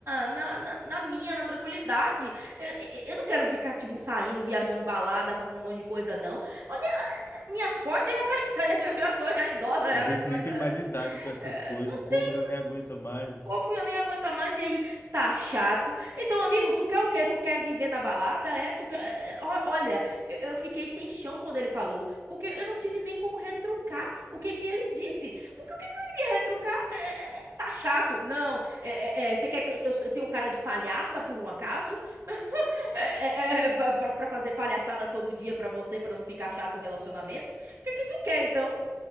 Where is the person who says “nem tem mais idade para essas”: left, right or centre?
Left